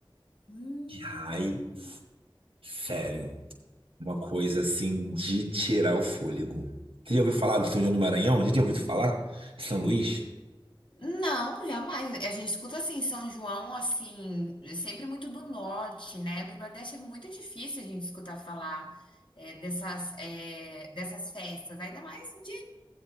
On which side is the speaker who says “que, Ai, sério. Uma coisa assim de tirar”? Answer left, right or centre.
Right